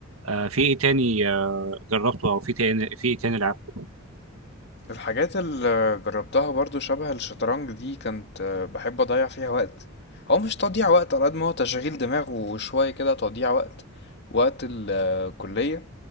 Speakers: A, on the right; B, on the left.
A: آه في ايه تاني آه جربته او في تاني في ايه تاني لعبته
B: الحاجات اللي جربتها برضو شبه الشطرنج دي كنت بحب اضيع فيها وقت هو مش تضييع وقت على قد ما هو تشغيل دماغ وشويه كده تضييع وقت وقت الكليه